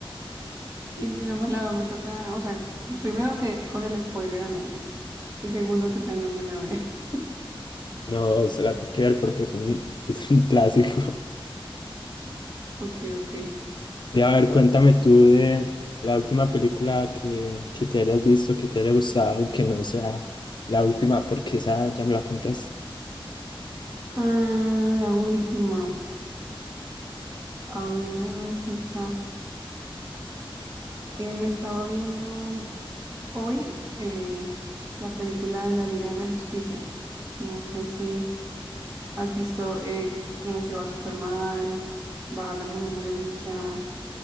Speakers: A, on the right; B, on the left.
A: Y si no me la veo, me toca, o sea, primero que con el spoiler a medias. Y segundo que tal no me la veo. <laughs>
B: No, se la tienes que ver porque es un, <laughs> es un clásico.
A: Ok, ok.
B: Y a ver, cuéntame tú de la última película que, que te hayas visto, que te haya gustado, que no sea la última, porque esa ya me la contas.
A: Ah, la última. A ver, déjame pensar. Eh, me estaba viendo. Hoy eh, la película de la Liga de la Justicia. No sé si has visto eh, como que va Superman, va la Mujer Maravilla,